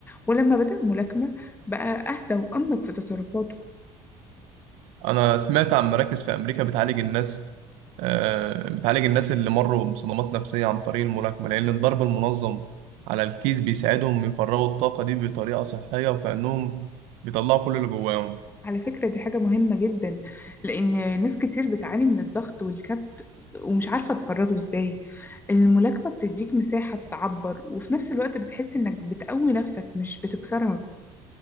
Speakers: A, on the left; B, on the right.
A: ولما بدأ ملاكمة بقى أهدى وأنضج في تصرفاته
B: انا سمعت عن مراكز في امريكا بتعالج الناس آه... بتعالج الناس اللي مروا بصدمات نفسيه عن طريق الملاكمه لان الضرب المنظم على الكيس بيساعدهم يفرغوا الطاقه دي بطريقه صحيه وكانهم بيطلعوا كل اللي جواهم
A: على فكرة دي حاجة مهمة جدا لأن ناس كتير بتعاني من الضغط والكبت ومش عارفة تفرغه إزاي الملاكمة بتديك مساحة تعبر وفي نفس الوقت بتحس إنك بتقوي نفسك مش بتكسرها